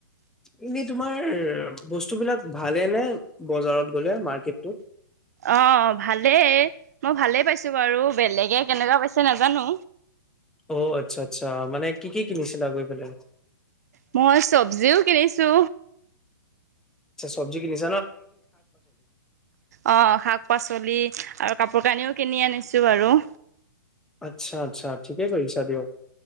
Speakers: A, in the centre; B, on the right.
A: এনে তোমাৰ বস্তুবিলাক ভালে নে বজাৰত গ'লে মাৰ্কেটতো।
B: অ' ভালেই মই ভালেই পাইছো বাৰু বেলেগে কেনেকুৱা পাইছে নাজানো।
A: অ' আচ্ছা আচ্ছা মানে কি কি কিনিছিলা গৈ পেলাই।
B: মই চব্জিও কিনিছো।
A: আচ্ছ চবজি কিনিছে।
B: অ' শাক পাচলি আৰু কাপোৰ কানিও কিনি আনিছোঁ আৰু।
A: আচ্ছা আচ্ছা ঠিকে কৰিছা দিয়ক।